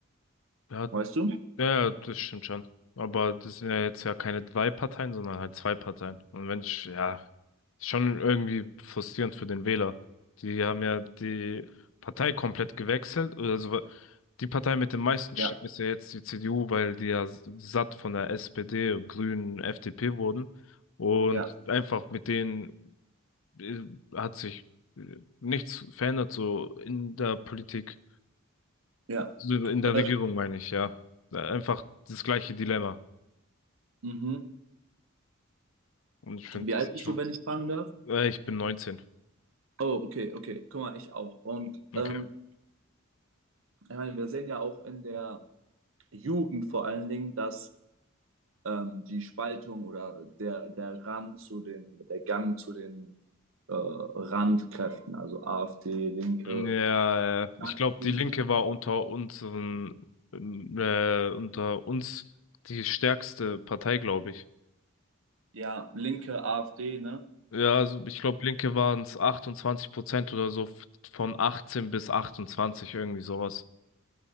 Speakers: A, on the left; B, on the right.
A: Ja,
B: Weißt du?
A: Ja, ja, das stimmt schon. Aber das sind ja jetzt ja keine drei Parteien, sondern halt zwei Parteien. Und wenn ich, ja, ist schon irgendwie frustrierend für den Wähler. Die haben ja die Partei komplett gewechselt. Oder so. Die Partei mit den meisten
B: Ja,
A: Stimmen ist ja jetzt die CDU, weil die ja s- satt von der SPD, Grünen, FDP wurden. Und
B: ja,
A: einfach mit denen äh, hat sich äh, nichts verändert, so in der Politik,
B: ja.
A: so in der
B: Äh,
A: Regierung meine ich, ja. Äh, Einfach das gleiche Dilemma.
B: mhm.
A: Und ich finde
B: Wie
A: das
B: alt bist
A: schon.
B: du, wenn ich fragen darf?
A: Äh, ich bin 19.
B: Oh, okay, okay. Guck mal, ich auch. Und
A: Okay.
B: ähm, ich meine, wir sehen ja auch in der Jugend vor allen Dingen, dass ähm, die Spaltung oder der, der Rand zu den, oder der Gang zu den äh, Randkräften, also AfD, Linke,
A: Ja, äh, ich
B: das
A: glaube,
B: zunimmt.
A: die Linke war unter unseren, äh, unter uns die stärkste Partei, glaube ich.
B: ja, Linke, AfD, ne?
A: Ja, also ich glaube, Linke waren es 28 Prozent oder so f- von 18 bis 28, irgendwie sowas.